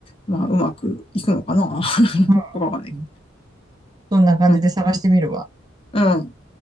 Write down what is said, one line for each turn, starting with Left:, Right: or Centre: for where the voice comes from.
Left: まあ、うまくいくのかな
Right: う
Left: とかわかんない。
Right: んそんな感じで探してみるわ。
Left: うん。うん